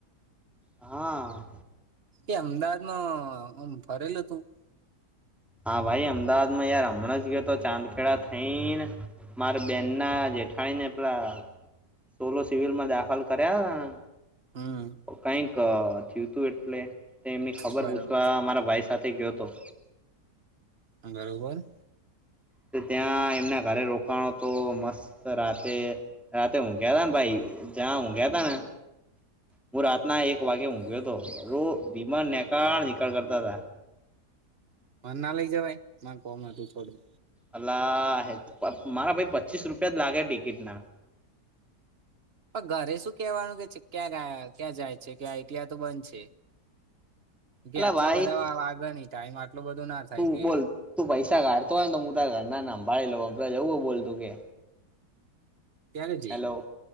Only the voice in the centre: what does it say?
હા.
હા ભાઈ અમદાવાદ માં યાર હમણાં જ ગયો તો ચાંદખેડા થઈ ને. મારા બેન ના જેઠાણીને પેલા સોલો સિવિલ માં દાખલ કર્યા હતા.
કઈક થીયું તું એટલે તે એમની ખબર
પૂછવા મારા ભાઈ સાથે ગયો તો.
તો ત્યાં એમના ઘરે રોકાણો તો મસ્ત રાતે. રાતે ઊંઘ્યાતા ને ભાઈ જ્યાં ઊંઘ્યાતા ને. હું રાતના એક વાગે ઊંઘ્યો હતો તો વીમાન નિકળ નીકળ કરતા તા.
અલા <inaudible> મારા પાઈ પચીસ રૂપિયા જ લાગે હે ટિકિટ ના
અલા
ભાઈ
તું
બોલ. તું પૈસા કાઢતો હોયને. તો હું ત ઘરનાને સંભાળી લઉ જવું. બોલ તું કે.
હેલો.